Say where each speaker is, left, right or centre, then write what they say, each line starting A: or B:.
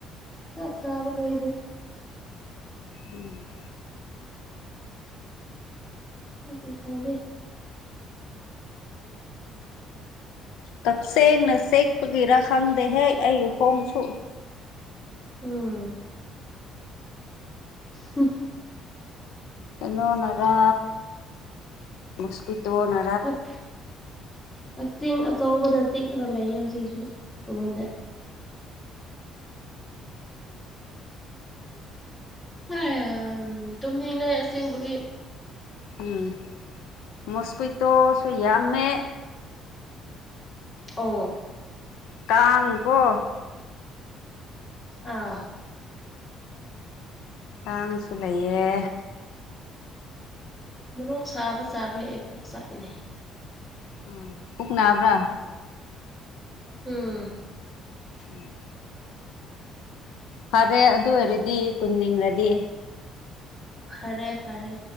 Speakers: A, on the left; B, on the left.
A: ꯆꯥꯛ ꯆꯥꯕ ꯂꯣꯏꯕꯅꯤ
B: ꯎꯝ
A: ꯃꯤꯒꯤ ꯈꯪꯗꯦ
B: ꯀꯛꯆꯦꯡꯅ ꯆꯦꯛꯄꯒꯤꯔ ꯈꯪꯗꯦꯍꯦ ꯑꯩꯒꯤ ꯈꯣꯡꯁꯨ
A: ꯎꯝ ꯍꯝ
B: ꯀꯩꯅꯣꯅꯔꯥ ꯃꯣꯁꯀꯨꯏꯇꯣꯅ
A: ꯀꯛ ꯀꯛꯆꯤꯡ ꯑꯆꯧꯕꯅ ꯆꯤꯛꯔꯒ ꯂꯩꯌꯦ ꯍꯧꯖꯤꯛꯁꯨ ꯑꯉꯣꯟꯗ ꯑꯦ ꯍꯦ ꯇꯨꯝꯅꯤꯡꯉꯦ ꯑꯁꯦꯡꯕꯒꯤ
B: ꯎꯝ ꯃꯣꯁꯀꯨꯏꯇꯣꯁꯨ ꯌꯥꯝꯃꯦ
A: ꯑꯣ
B: ꯀꯥꯡ ꯀꯣ
A: ꯑꯥ
B: ꯀꯥꯡꯁꯨ ꯂꯩꯌꯦ
A: ꯃꯔꯣꯛ ꯁꯥꯕ ꯆꯥꯕꯩ ꯑꯩ ꯄꯨꯛ ꯆꯥꯛꯏꯅꯦ
B: ꯑ ꯄꯨꯛ ꯅꯥꯕ꯭ꯔꯥ
A: ꯎꯝ
B: ꯎꯝ ꯐꯥꯔꯦ ꯑꯗꯨ ꯑꯣꯏꯔꯗꯤ ꯇꯨꯝꯅꯤꯡꯔꯗꯤ
A: ꯐꯔꯦ ꯐꯔꯦ